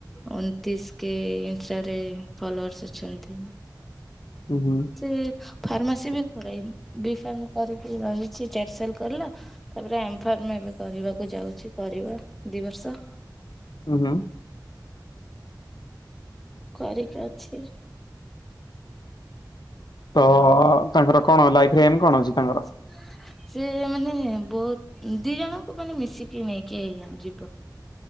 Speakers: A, in the centre; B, on the left (about 70°).
A: ଉଣତିଶ୍ କେ ଇନଷ୍ଟା ରେ ଫଲୋଅର୍ସ ଅଛନ୍ତି।
B: ହୁଁ-ହୁଁ।
A: ସେ ଫାର୍ମାସି ବି କରେ, ବି ଫାର୍ମ କରିକି ରହିଚି ଚାର୍ସେଲ୍ କଲା। ତାପରେ ଏମ୍ ଫାର୍ମ ଏବେ କରିବାକୁ ଯାଉଛି, କରିବ ଦି ବର୍ଷ।
B: ହୁଁ-ହୁଁ।
A: କରିକି ଅଛି।
B: ତ ତାଙ୍କର କଣ ଲାଇଫ୍ ରେ ଏମ୍ କଣ ଅଛି? ତାଙ୍କର?
A: ହୁଁ ସେ ମାନେ ବହୁତ ଦି ଜଣଙ୍କୁ ମାନେ ମିଶିକି ନେଇକି ଯିବ।